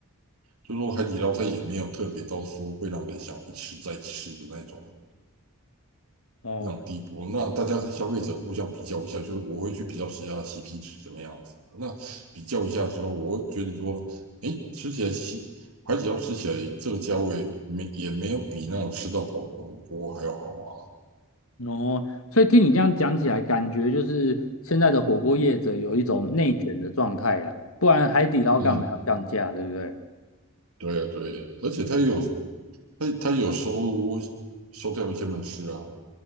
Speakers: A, on the right; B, on the left.
A: 就说海底捞它也没有特别到说会让人想一吃再吃的那种
B: 哦。
A: 非常低步，那大家是消费者互相比较一下，就是我会去比较谁家 CP 值怎么样子。那比较一下之后，我会觉得说，哎，吃起来西海底捞吃起来这个价位没也没有比那种吃到饱的火锅还要好啊。
B: 哦，所以听你这样讲起来，感觉就是现在的火锅业者有一种内卷的状态啦，不然海底捞干嘛要降价，
A: 嗯，
B: 对不对？
A: 对啊，对啊，而且它也有它它也有收收掉一些门市啊，